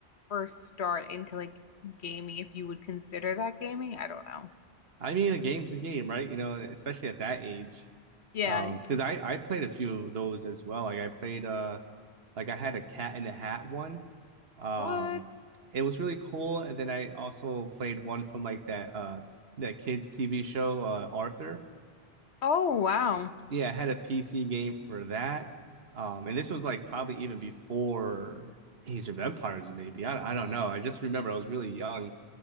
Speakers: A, on the left; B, on the right.
A: first start into like gaming, if you would consider that gaming. I don't know.
B: I mean, a game's a game, right? You know, especially at that age.
A: Yeah.
B: Um, because I I played a few of those as well. Like I played uh Like I had a Cat in the Hat one. Um,
A: What?
B: it was really cool. And then I also played one from like that uh that kids TV show uh, Arthur.
A: Oh, wow.
B: Yeah, I had a PC game for that. Um, and this was like probably even before Age of Empires, maybe. I, I don't know. I just remember I was really young.